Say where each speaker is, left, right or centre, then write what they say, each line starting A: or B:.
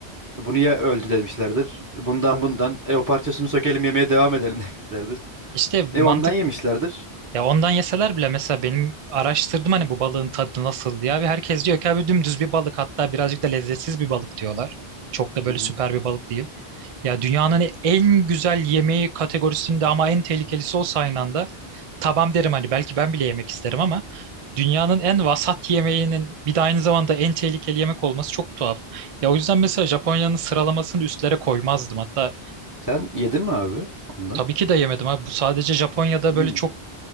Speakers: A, on the right (about 20°); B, on the right (about 50°).
A: Bunu ya öldü demişlerdir. Bundan bundan. E o parçasını sökelim yemeye devam edelim <laughs> demişlerdir.
B: İşte
A: E
B: mantık
A: ondan yemişlerdir.
B: ya ondan yeseler bile mesela benim araştırdım hani bu balığın tadı nasıl diye abi herkes diyor ki abi dümdüz bir balık hatta birazcık da lezzetsiz bir balık diyorlar. Çok da böyle
A: Hı hı.
B: süper bir balık değil. Ya dünyanın en güzel yemeği kategorisinde ama en tehlikelisi olsa aynı anda tamam derim hani belki ben bile yemek isterim ama dünyanın en vasat yemeğinin bir de aynı zamanda en tehlikeli yemek olması çok tuhaf. Ya o yüzden mesela Japonya'nın sıralamasını üstlere koymazdım. Hatta
A: Sen yedin mi abi ondan?
B: tabii ki de yemedim abi. Bu sadece Japonya'da
A: Hmm.
B: böyle çok